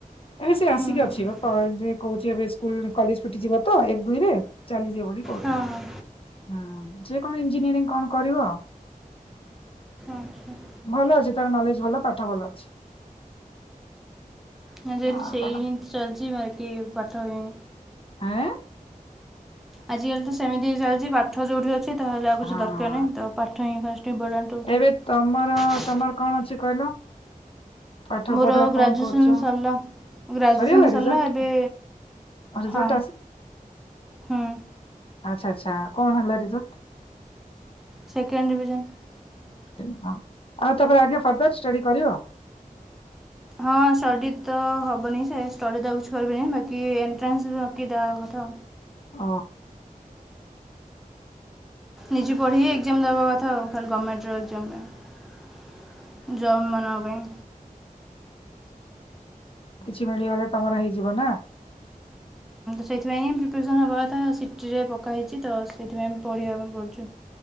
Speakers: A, on the left; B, in the centre.
A: ଏବେ ସେ ଆସିକି
B: ହୁଁ ହୁଁ
A: ଅଛି ବ ଅ ଯେ କୋହୁଚି ଏବେ ସ୍କୁଲ କଲେଜ ଫିଟିଯିବ ତ ଏକ ଦୁଇରେ ଚାଲିଯିବ ବୋଲି କହୁଥିଲା।
B: ହଁ ହଁ
A: ହଁ ସେ କଣ ଇଞ୍ଜିନିୟରିଂ କଣ କରିବ।
B: ଆଚ୍ଛା
A: ଭଲ ଅଛି ତ ନଲେଜ ଭଲ ପାଠ ଭଲ ଅଛି।
B: ନା ଯଦି
A: ଆଉ
B: ସେଇ
A: କଣ
B: ହିଁ ଚଲିଚି ଭାଇ ଇଏ ପାଠରେ ଉଁ
A: ଆଁ?
B: ଆଜିକାଲି ତ ସେମତି ହେଇ ଚାଲିଚି ପାଠ ଯୋଉଠି ଅଛି। ତାହେଲେ ଆଉ କିଛି
A: ହଁ।
B: ଦରକାର ନାହିଁ। ତାକୁ ପାଠ ହଁ ଫାଷ୍ଟେ ଇମ୍ପୋଟାନ୍ସ ଦୋଉଛି।
A: ଏବେ ତମର ତମର କଣ ଅଛି କହିଲ। ପାଠ
B: ମୋର
A: ପଢା କଣ
B: ଗ୍ରାଜୁଏସନ୍
A: କରୁଛ?
B: ସରିଲା। ଗ୍ରାଜୁଏସନ୍
A: ସରିଗଲା
B: ସରିଲା
A: ରିଜଲ୍ଟ
B: ଏବେ
A: ରିଜଲ୍ଟ
B: ହଁ ହୁଁ।
A: ଆଛା ଆଛା କଣ ହେଲା ରେଜଲ୍ଟ?
B: Second division.
A: ହଁ ଆଉ ତାପରେ ଆଜ୍ଞା ଫର୍ଦର ଷ୍ଟଡି କରିବ?
B: ହଁ ଷ୍ଟଡ଼ି ତ ହବନି ସେ ଷ୍ଟଡି ତ ଆଉ କିଛି କରିବିନି ବାକି ଏଣ୍ଟ୍ରାନ୍ସ ବାକି ଦବା କଥା।
A: ଅଁ।
B: ନିଜେ ପଢ଼ିକି ଏକ୍ଜାମ୍ ଦବା କଥା ଆଉ ଖାଲି ଗମେଣ୍ଟର ଏକ୍ଜାମ୍ ପାଇଁ ଜବ୍ ମାନଙ୍କ ପାଇଁ।
A: କିଛି ମିଳିଗଲେ ତମର ହେଇଯିବ ନା?
B: ସେଥିପାଇଁ ହିଁ ପ୍ରିପାରେସନ୍ ହବା କଥା ସିଟିରେ ପକା ହେଇଛି ତ ସେଥିପାଇଁ ପଢ଼ିଆ ପାଇଁ ପଡ଼ୁଛି।